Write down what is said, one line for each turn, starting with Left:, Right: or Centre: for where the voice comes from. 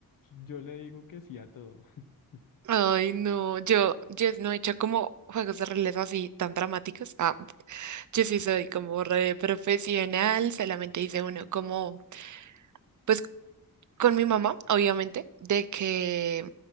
Left: yo le digo que sí a todo. <laughs>
Right: Ay, no. Yo, yo no he hecho como juegos de roles así tan dramáticos. Ah, <laughs> yo sí soy como re profesional. Solamente hice uno como, pues con mi mamá, obviamente, de que,